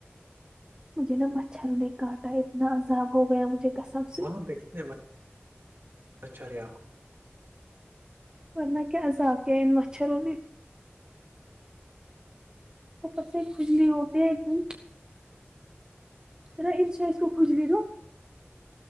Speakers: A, on the right (about 20°); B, on the right (about 55°).
A: مجھے نا مچھر نے کاٹا اتنا عذاب ہو گیا مجھے قسم سے
B: وہاں پہ کتنے مچ مچھر ہے آپ کو
A: ورنہ کیاسا عذاب کے ان مچھروں نے اپر سے کھجلی ہوتے ہے کیوں تو انس اس کو کھجلی دو